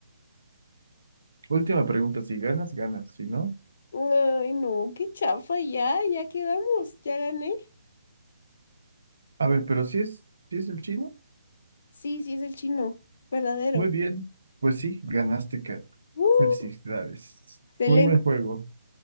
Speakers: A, on the right (about 70°); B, on the left (about 45°).
A: Última pregunta, si ganas, ganas, si no.
B: Ay, no, qué chafa, ya, ya quedamos, ya gané.
A: A ver, pero si es, si es el chino,
B: Sí, sí es el chino, verdadero.
A: muy bien. Pues sí, ganaste, Kat.
B: ¡Uh!
A: Felicidades.
B: excelente.
A: Muy buen juego.